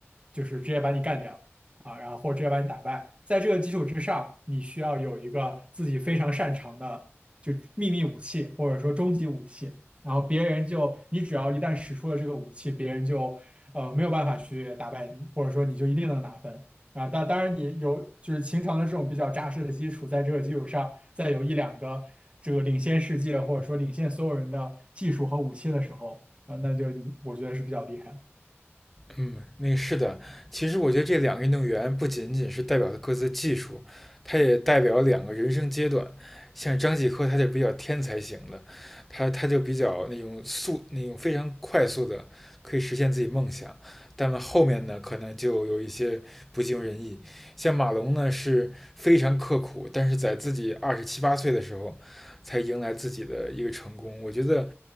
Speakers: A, on the right (about 25°); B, in the centre.
A: 就是直接把你干掉啊，然后或者直接把你打败。在这个基础之上，你需要有一个自己非常擅长的。就秘密武器或者说终极武器，然后别人就你只要一旦使出了这个武器，别人就呃没有办法去打败你，或者说你就一定能拿分啊。当当然你有就是秦城的这种比较扎实的基础，在这个基础上再有一两个这个领先世界或者说领先所有人的技术和武器的时候啊，那就我觉得是比较厉害的
B: 嗯，那是的。其实我觉得这两个运动员不仅仅是代表了各自的技术，他也代表了两个人生阶段。像张继科，他就比较天才型的，他他就比较那种速那种非常快速的可以实现自己梦想。但后面呢，可能就有一些不尽如人意。像马龙呢，是非常刻苦，但是在自己二十七八岁的时候，才迎来自己的一个成功。我觉得